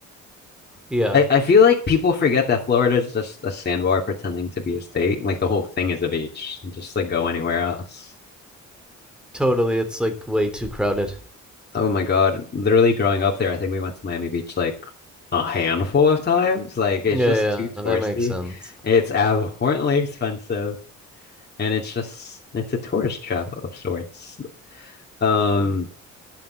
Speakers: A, in the centre; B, on the left.
A: yeah.
B: I, I feel like people forget that Florida is just a sandbar pretending to be a state. Like the whole thing is a beach. Just like go anywhere else.
A: Totally. It's like way too crowded.
B: Oh my God. Literally growing up there, I think we went to Miami Beach like a handful of times. Like it's
A: Yeah,
B: just
A: yeah.
B: too touristy.
A: yeah. That makes sense.
B: It's abhorrently expensive, and it's just it's a tourist trap of sorts. Um,